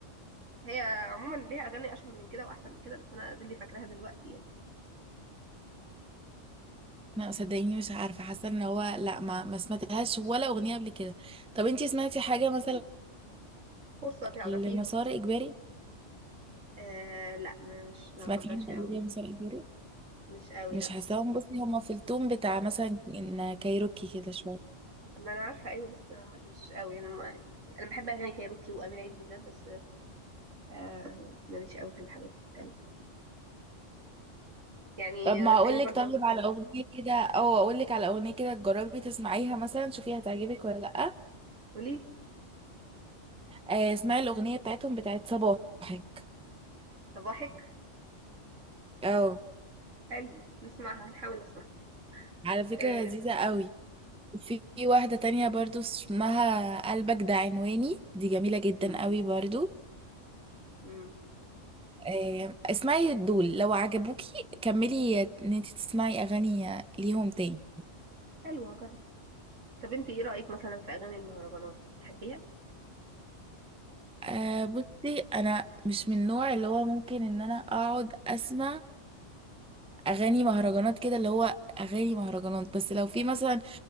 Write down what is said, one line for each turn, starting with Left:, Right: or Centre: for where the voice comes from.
Right: هي عموما ليها اغاني اشهر من كده واحسن من كده بس انا دي اللي فاكراها دلوقتي يعني
Centre: لا صدقيني مش عارفة حاسة ان هو لا ما ما سمعتهاش ولا اغنية قبل كده طب انتي سمعتي حاجة مثلا
Right: حلو. فرصه تعرفيها
Centre: لمسار اجباري
Right: آه لا ما مش ما
Centre: سمعتي
Right: افضلش
Centre: حاجة قبل
Right: قوي
Centre: كده لمسار اجباري
Right: مش قوي
Centre: مش
Right: لا
Centre: حاساهم بصي هما في التون بتاع مثلا ان كايروكي كده شوية
Right: ما انا عارفه ايوه بس ما- مش قوي انا ما انا بحب اغاني كايروكي وامير عيد بالذات بس آه ماليش قوي في الحاجات التانية يعني
Centre: طب ما
Right: تلاقيني
Centre: اقول لك
Right: برضو
Centre: طيب على اغنية كده او اقول لك على اغنية كده تجربي تسمعيها مثلا شوفي هتعجبك ولا لا
Right: قوليلي
Centre: آه، اسمعي الاغنية بتاعتهم بتاعت صباحك
Right: صباحك
Centre: اه
Right: حلو نسمعها نحاول نسمعها
Centre: على فكرة
Right: آه
Centre: لذيذة قوي في واحدة تانية برضو اسمها قلبك ده عنواني دي جميلة جدا
Right: امم
Centre: قوي برضو
Right: امم
Centre: آه، اسمعي دول لو عجبوكي كملي ان انت تسمعي اغاني ليهم تاني
Right: حلو هجرب طب انت ايه رايك مثلا في اغاني المهرجانات بتحبيها
Centre: أه بصي انا مش من النوع اللي هو ممكن ان انا اقعد اسمع اغاني مهرجانات كده اللي هو اغاني مهرجانات بس لو في مثلا